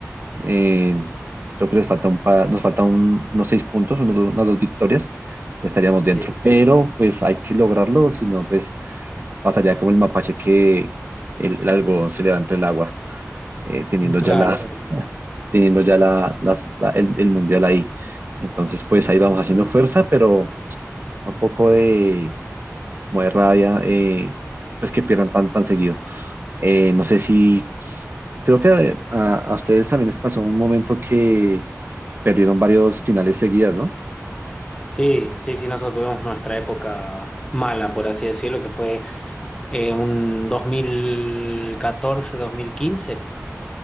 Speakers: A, on the right (about 40°); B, on the left (about 15°).
A: Eh, creo que les falta un pa- nos falta un- unos seis puntos, unos do- unas dos victorias, ya estaríamos
B: sí,
A: dentro. Pero pues hay que lograrlo, si no, pues pasaría como el mapache que el, el algodón se levanta el agua, eh, teniendo
B: claro,
A: ya las,
B: sí, sí.
A: teniendo ya la, las- la- el, el mundial ahí. Entonces, pues ahí vamos haciendo fuerza, pero un poco de, como de rabia, eh, pues que pierdan tan, tan seguido. Eh, no sé si, creo que a, a ustedes también les pasó un momento que Perdieron varios finales seguidas, ¿no?
B: Sí, sí, sí, nosotros tuvimos nuestra época mala, por así decirlo, que fue eh, un dos mil catorce, dos mil quince.